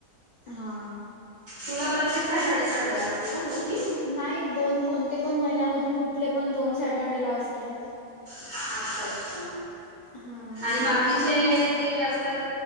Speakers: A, on the left; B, on the right.
A: हा..
B: तुला प्रत्येक सॅटर्डे संडे ला असतील का सुटी,
A: नाही दोन कोणते पण महिन्यामधून कुठले पण दोन सॅटर्डे ला असते.
B: अच्छा अच्छा
A: हां
B: आणि बाकीचे जे असतात.